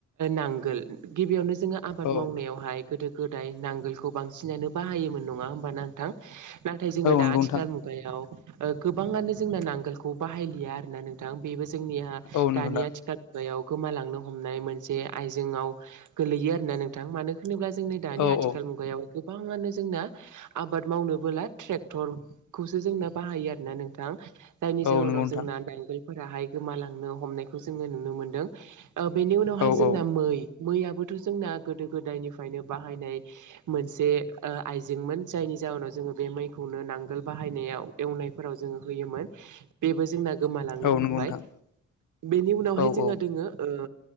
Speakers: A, on the right (about 75°); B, on the left (about 75°).
A: नांगोल गिबियावनो जोङो आबाद
B: औ
A: मावनायावहाय गोदो गोदाय नांगोलखौ बांसिनानो बाहायोमोन नङा होमब न नोंथां नाथाय जोङो दा
B: नंगौ
A: आथिखाल
B: नोंथां
A: मुगायाव ओ गोबाङानो जोंना नांगोलखौ बाहायलिया आरोना नोंथां बेबो जोंनिहा
B: औ नंगौ
A: दानि
B: नोंथां
A: आथिखाल याव गोमालांनो हमनाय मोनसे आइजेंआव गोलैयो आरोना नोंथां मानो होनोब्ला जोंनि दानि
B: औ
A: आथिखाल
B: औ
A: मुगायाव गोबाङानो जोंना आबाद मावनोबोला ट्रेक्टरखौसो जोंना बाहायो आरोना नोंथां जायनि
B: औ
A: जाहोनाव
B: नंगौ नोंथां
A: जोंना नांगोलफोराहाय गोमालांनो हमनायखौ जोङो नुनो मोनदों। ओ बेनि उनावहाय
B: औ
A: जोंना
B: औ
A: मै मैयाबोथ' जोंना गोदो गोदायनिफ्राय नो बाहायनाय मोनसे ओ आइजेंमोन जायनि जउोनाव जोङो बे मैखौनो नांगोल बाहाय बाहायनायाव एवनाय फोराव जोङो होयोमोन बेबो जोंना गोमालांनो
B: औ
A: हमबाय
B: नंगौ नोंथां
A: बेनि उनावहाय
B: औ
A: जोंहा
B: औ
A: दोङो ओ